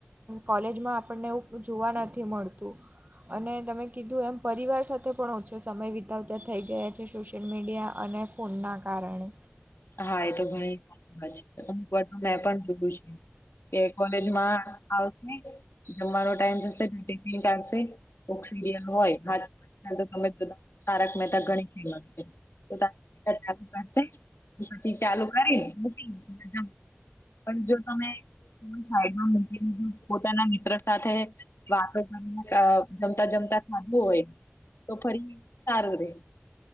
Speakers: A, on the right; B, on the left.
A: કોલેજમાં આપણને એવું જોવા નથી મળતું. અને તમે કીધું એમ પરિવાર સાથે પણ ઓછો સમય વિતાવતા થઈ ગયા છે સોશિયલ મીડિયા અને ફોનના કારણે.
B: હા એ તો ધણી સાચી વાત છે અમુક વાર તો મેં પણ જોયું છે. એ કોલેજમાં આવશે જમવાનો ટાઈમ થશે તો ટિફિન કાઢશે કોક સિરિયલ હોય <inaudible> હાથ તમે બ તારક મહેતા ઘણી ફેમસ છે. તો ત ચાલુ કરશે પછી ચાલુ કરીને મૂકી ન જમસે. પણ જો તમે સાઈડમાં મુકી પોતાના મિત્ર સાથે વાતો કરીને અ જમતા જમતા થધું હોય તો ફરી સારું રે.